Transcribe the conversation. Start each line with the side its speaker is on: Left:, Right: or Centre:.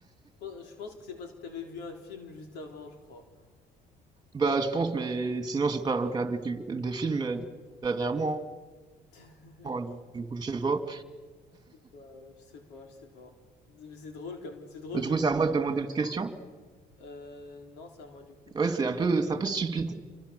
Left: pense je pense que c'est parce que t'avais vu un film juste avant je crois.
Right: Bah, je pense, mais sinon, j'ai pas regardé quel- des films euh, dernièrement.
Left: <laughs>
Right: hein, Du coup, je sais pas.
Left: Bah, je sais pas, je sais pas. Mais C'est drôle comme, c'est drôle
Right: Bah, Du
Left: comme.
Right: coup, c'est à
Left: Euh,
Right: moi de demander une petite question.
Left: euh, non, c'est à moi du coup.
Right: Ouais, c'est un peu, c'est un peu stupide.